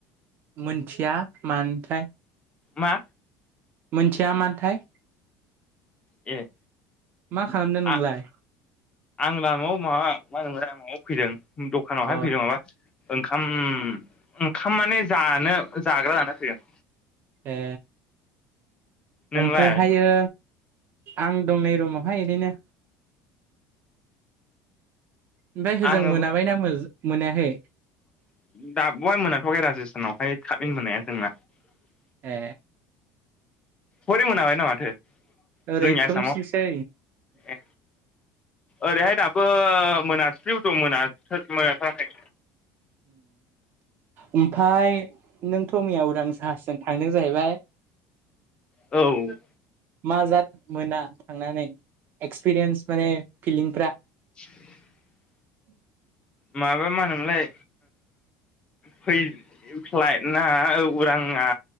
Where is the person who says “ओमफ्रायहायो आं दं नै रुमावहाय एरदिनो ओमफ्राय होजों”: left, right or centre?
Right